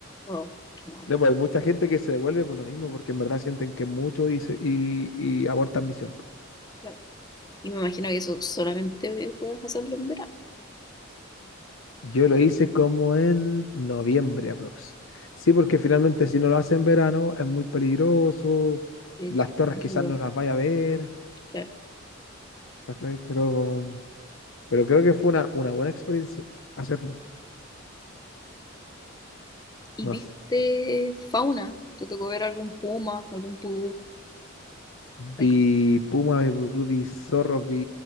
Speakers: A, on the left; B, on the left.
A: Wow, qué mal.
B: No, pues hay mucha gente que se devuelve por lo mismo, porque en verdad sienten que mucho y, se- y, y abortan misión. pues.
A: Claro. Y me imagino que eso solamente puedes hacerlo en verano.
B: Yo lo hice como en noviembre aprox. Sí, porque finalmente si no lo hace en verano es muy peligroso,
A: El
B: las torres
A: Perfil,
B: quizás no las vaya a ver,
A: claro.
B: ¿cachai? Pero, pero creo que fue una, una buena experiencia hacerlo.
A: ¿Y
B: Nos,
A: viste fauna? ¿Te tocó ver algún puma, algún pudú?
B: vi
A: algo?
B: puma, vi vudú, vi zorro, vi